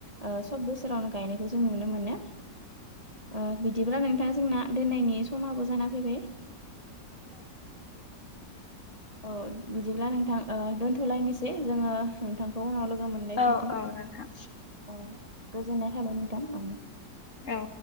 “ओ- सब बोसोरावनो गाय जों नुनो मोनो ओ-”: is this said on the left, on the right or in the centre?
Right